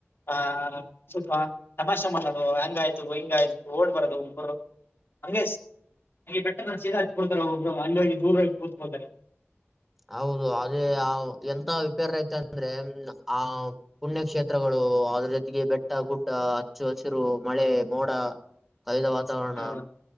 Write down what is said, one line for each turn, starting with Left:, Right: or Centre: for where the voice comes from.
Left: ಆಹ ಸ್ವಲ್ಪ ತಮಾಷೆ ಮಾಡೋದು ಹೆಂಗಾಯ್ತು ಹಿಂಗಾಯ್ತು ಓಡ್ಬರೋದು ಒಬ್ಬರು ಹಂಗ ಬೆಟ್ಟ ಸದಾಡ್ತಾರೆ ಒಬ್ರು ಅಲ್ಲಿ ಹೋಗಿ ದೂರ ಹೋಗಿ ಕೂರ್ತ್ಕೊತಾರೆ
Centre: ಹೌದು ಅದೇ ಎಂತ ವಿಪೇರ್ ಆಯ್ತ ಅಂದ್ರೆ ಆ ಪುಣ್ಯಕ್ಷ್ಷೇತ್ರಗಳು ಅದ್ರ ಜೊತೆಗೆ ಬೆಟ್ಟ ಗುಡ್ಡ ಹಚ್ಚು ಹಸಿರು ಮಳೆ ಮೋಡ ಕವಿದ ವಾತಾವರಣ
Left: ಹೌದು.